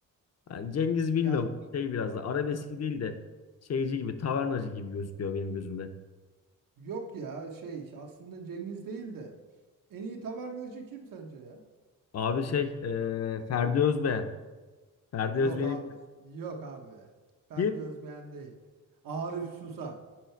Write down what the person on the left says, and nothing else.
Yani Cengiz bilmiyorum
şey biraz da arabeski değil de şeyci gibi tavernacı gibi gözüküyor benim gözümde.
Abi şey e, Ferdi Özbeğen. Ferdi
Özbeğen'i
bilir
kim?